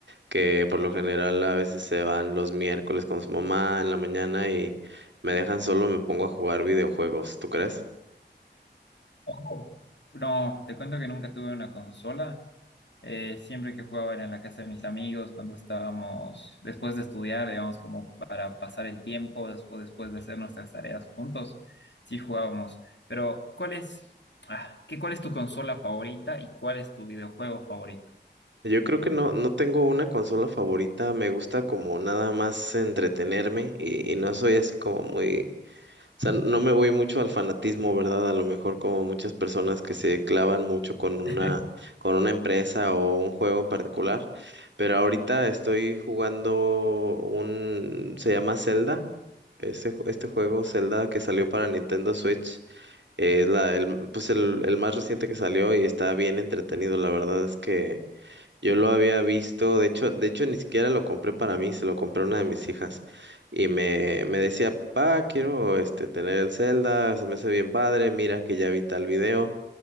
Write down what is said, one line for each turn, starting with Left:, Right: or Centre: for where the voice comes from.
Right: que por lo general a veces se van los miércoles con su mamá en la mañana y me dejan solo, me pongo a jugar videojuegos, ¿tú crees?
Left: Ojo, no, te cuento que nunca tuve una consola, Eh, siempre que jugaba era en la casa de mis amigos, cuando estábamos después de estudiar, digamos, como para pasar el tiempo des- o después de hacer nuestras tareas juntos, sí jugábamos. Pero, ¿cuál es, ah, qué, cuál es tu consola favorita y cuál es tu videojuego favorito?
Right: Yo creo que no, no tengo una consola favorita, me gusta como nada más entretenerme y, y no soy así como muy, o sea, no me voy mucho al fanatismo, ¿verdad? A lo mejor como muchas personas que se clavan mucho con una,
Left: <laughs>
Right: con una empresa o un juego en particular, pero ahorita estoy jugando un, se llama Zelda, ese, ju- este juego Zelda que salió para Nintendo Switch. Es la, el, pues el, el más reciente que salió y está bien entretenido. La verdad es que yo lo había visto, de hecho, de hecho ni siquiera lo compré para mí, se lo compré a una de mis hijas y me, me decía, pa, quiero este tener el Zelda, se me hace bien padre, mira que ya vi tal video